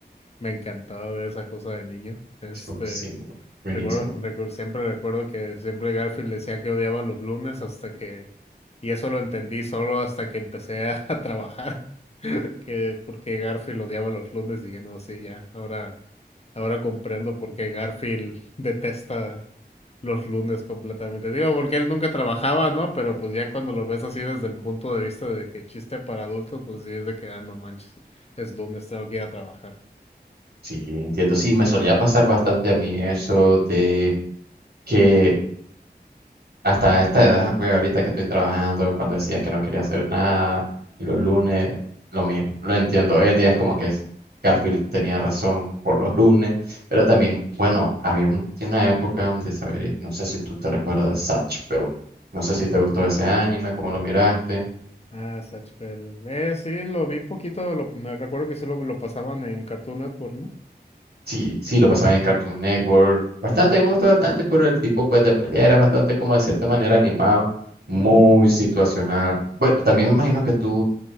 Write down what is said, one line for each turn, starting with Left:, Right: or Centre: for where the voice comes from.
Left: Me encantaba ver esa cosa de niño. Este,
Right: Sí, uy, sí, muy bu- buenísimo.
Left: recuerdo, recu- siempre recuerdo que siempre Garfield decía que odiaba los lunes hasta que, y eso lo entendí solo hasta que empecé a, <laughs> a trabajar, <laughs> que porque Garfield odiaba los lunes, dije, no, sí, ya, ahora, ahora comprendo por qué Garfield <laughs> detesta los lunes completamente. Digo, porque él nunca trabajaba, ¿no? Pero pues ya cuando lo ves así desde el punto de vista de que chiste para adultos, pues sí es de que, ah, no manches, es lunes, tengo que ir a trabajar.
Right: Sí, entiendo. Sí, me solía pasar bastante a mí eso de que hasta esta edad, pues ahorita que estoy trabajando, cuando decía que no quería hacer nada, y los lunes, lo mismo, lo entiendo. Hoy en día es como que Garfield tenía razón por los lunes, pero también, bueno, había un- una época de saber, no sé si tú te recuerdas, Zatch No sé si te gustó ese anime, cómo lo miraste.
Left: Ah, Zatch Bell. Eh, sí, lo vi poquito, lo, me recuerdo que sí lo, lo pasaban en Cartoon Network, ¿no?
Right: Sí, sí, lo pasaba en Cartoon Network. Bastante,
Left: Ujú,
Right: a mí me gustó bastante por el tipo pues de pelea, era bastante como de cierta manera animado, muy
Left: ujú,
Right: situacional. Bueno, también me imagino que tú,